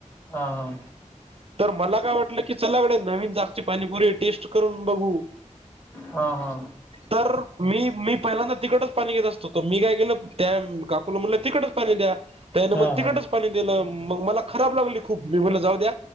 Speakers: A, on the left; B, on the right.
A: हा हा
B: तर मला काय वाटलं की चलागड्या नवीन जागची पाणीपुरी टेस्ट करून बघू
A: हा हा
B: तर मी.. मी पहिल्यांदा तिखटच पाणी घेत असतो, मी काय केेलं त्या काकुला म्हणलं तिखटच पाणी द्या. त्यान
A: हा
B: मला
A: हा
B: तिखटच
A: हा.
B: पाणी दिलं, मग मला खराब लागली खूप मी म्हणलं जाऊद्या